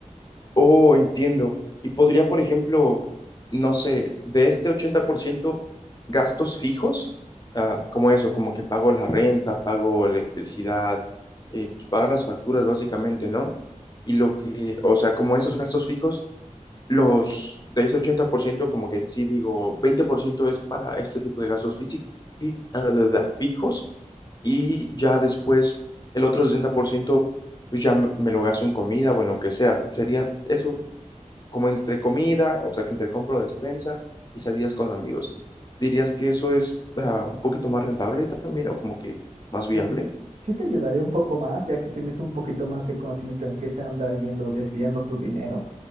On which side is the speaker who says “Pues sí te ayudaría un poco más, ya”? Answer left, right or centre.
Right